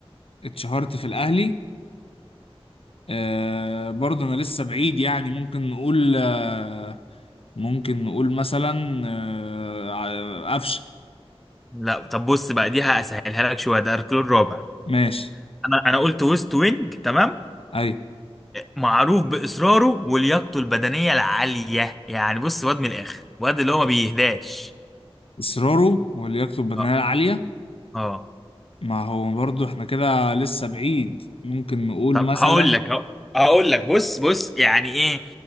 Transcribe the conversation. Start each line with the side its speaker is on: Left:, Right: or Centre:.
Left: اتشهرت في الاهلي آه برضه انا لسه بعيد يعني ممكن نقول آه ممكن نقول مثلا آه ع- قفشه
Centre: لا طب بص بقى دي هسهلها لك شويه ده اركان الرابع
Left: ماشي
Centre: انا انا قلت وسط وينج تمام
Left: اي
Centre: معروف باصراره ولياقته البدنيه العاليه يعني بص واد من الاخر واد اللي هو ما بيهداش
Left: اصراره ولياقته البدنيه
Centre: اه
Left: العاليه
Centre: اه
Left: ما هو برضه احنا كده لسه بعيد ممكن نقول
Centre: طب
Left: مثلا
Centre: هقول لك أهو- هقول لك بص بص يعني ايه